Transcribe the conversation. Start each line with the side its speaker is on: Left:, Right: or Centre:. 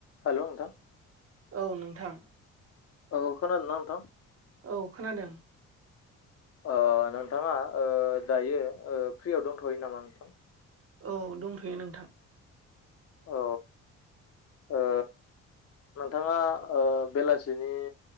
Left: हेल' नोंथां।
Right: औ नोंथां।
Left: औ खोनादों ना नोंथां?
Right: औ खोनादों।
Left: ओ नोंथाङा ओ दायो ओ फ्रियाव दोनथ'यो नामा नोंथां?
Right: औ दंथ'यो नोंथां
Left: औ ओ नोंथाङा ओ बेलासिनि